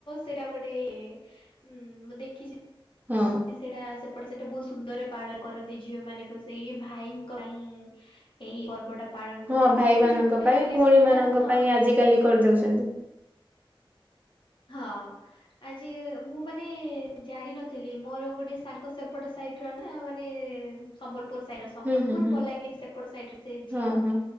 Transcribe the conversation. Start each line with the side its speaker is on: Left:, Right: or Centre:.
Left: ସେଇଟା ଗୋଟେ ଉଁ ମୁଁ ଦେଖିଚି।
Right: ହଁ।
Left: ସେଇଟା ସେପଟେ ସେଟା ବହୁତ ସୁନ୍ଦରରେ ପାଳନ କରନ୍ତି ଝିଅମାନେ ବସେଇ ଭାଇଙ୍କପାଇଁ। ଏଇ ପର୍ବଟା। ପାଳନ କରୁଛନ୍ତି
Right: ହଁ ଭାଇମାନଙ୍କ ପାଇଁ ଭଉଣୀମାନଙ୍କ
Left: କାରଣ
Right: ପାଇଁ ଆଜିକାଲି କରିଦଉଚନ୍ତି।
Left: ହଁ ଆଜି ମୁଁ ମାନେ ଜାଣିନଥିଲି ମୋର ଗୋଟେ ସାଙ୍ଗ ସେପଟ ସାଇଟ ରନା ମାନେ ସମ୍ବଲପୁର ସାଇଟର ସେ ସମ୍ବଲପୁର
Right: ହୁଁ ହୁଁ ହୁଁ
Left: ବଲାଙ୍ଗିର ସେପଟ ସାଇଟର ସେ
Right: ହଁ
Left: ଝିଅ
Right: ହଁ